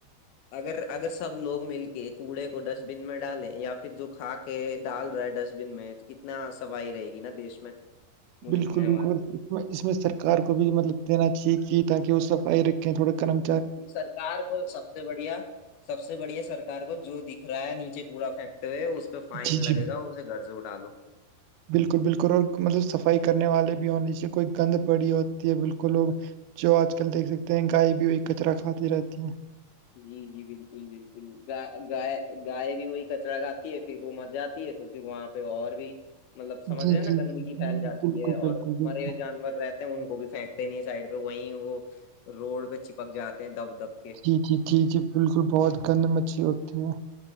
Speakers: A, on the left (about 75°); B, on the right (about 85°).
A: اگر اگر سب لوگ مل کے کوڑے کو ڈسٹ بین میں ڈالیں یا پھر جو کھاک کہ ڈال رہا ہے ڈسٹبین میں تو کتنا صفائی رہے گی نا دیش میں ملک
B: بالکل
A: میں ہمارے
B: بالکل اس میں سرار کو بھی مطلب دینا چاہیے کہ تاکہ وہ صفائی رکھیں تھوڑا کررم
A: جی سرکار کو سب سے بڑھیا سب سے بڑی ہے سرار کو جو دکھ رہا ہے نیچے کوڑا پھینکتے ہوئے اس پہ فائن
B: جی جی
A: لگے گا اور اسے گھر سے اٹھاالو
B: بالکل بالکل اور مطلب صفائی کرنے والے بھی ہونیاہیے کوئی گند پڑی ہوتی ہے بالکل لوگ جو آج کل دیکھ سکتے ہیں گائے بھی ہوئی کچرا کھاتی رہتی ہے
A: جی جی بالکل بالکل گ گائے گائے بھی وہی کچرا گاتی ہے پھر وہ مر جاتی ہے تو پھر وہاں پہ اور بھی مطلب سمجھ
B: جی
A: رہے ہیں
B: جی
A: نا گندگی پھیل جاتی
B: بالکل
A: ہے اور
B: بالکل بالکل
A: مرے ہوئے جانور رہتے ان کو بھی پھینکتے نہیں سائڈ پہ وہیں وہ روڈ پہ چپک جاتے ہیں دب دب کے
B: جی جی جی جی بالکل بہت گند مچھلی ہوتی ہے